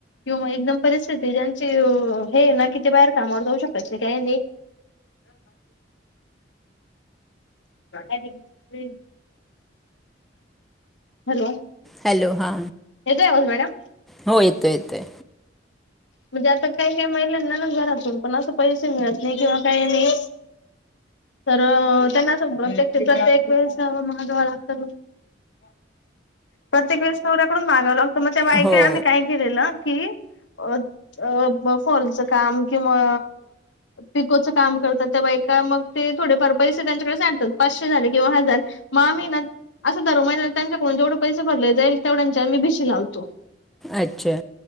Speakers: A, on the left; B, in the centre.
A: किंवा एकदम परिस्थिती ज्यांची हे ना कि ते बाहेर कामावर जाऊ शकत ते काही नाही. <unintelligible> हॅलो.
B: हॅलो हा,
A: येतोय आवाज मॅडम
B: हो येतोय येतोय.
A: म्हणजे आता काही काही महिलांना ना घरातून पण अस पैसे मिळत नाही किंवा काही नाही, तर त्यांना प्रत्येक प्रत्येक वेळेस महागावं लागत, प्रत्येक वेळेस नवऱ्याकडून माहागाव लागतो. <unintelligible> आम्ही
B: हो
A: काय केलेलं की. <unintelligible> अ फॉलचं काम किंवा, पिकोचं काम करतात ते बायका मग ते थोडेफार पैसे त्यांच्याकडे साडतात पाचशे झाले किंवा हजार म आम्ही ना दर महिन्यात त्यांच्याकडून जेवढे पैसे भरले जाईल तेवढ त्यांच्या मी भीशी लावतो.
B: अच्छा.